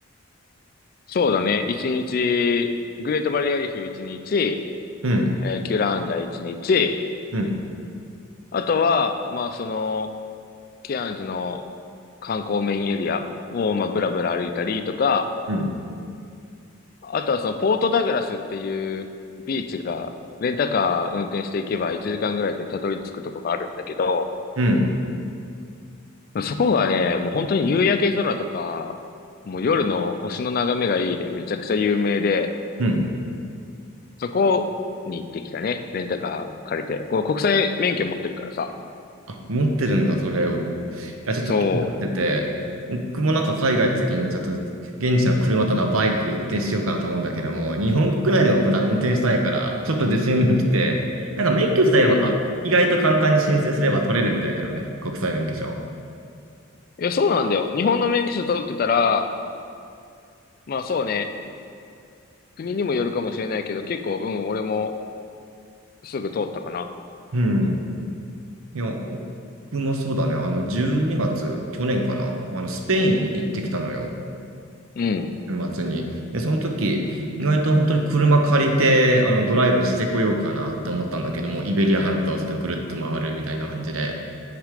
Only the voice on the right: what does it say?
うん、
うん、
うん、
うん、
うん。
あ、持ってるんだ、それを。いや、ちょっと気になってて、
僕もなんか海外行った時に、ちょっと現地の車とかバイク運転しようかなと思うんだけども、日本国内でも普段運転してないから、ちょっと自信がきて、なんか免許自体は意外と簡単に申請すれば取れるみたいだよね、
国際免許証。
うん。いや、僕もそうだね、あの、12月、去年かな、あの、スペイン行ってきたのよ。
年末に。で、その時、意外と本当に車借りて、あの、ドライブしてこようかなって思ったんだけども、イベリア半島をちょっとぐるっと回るみたいな感じで、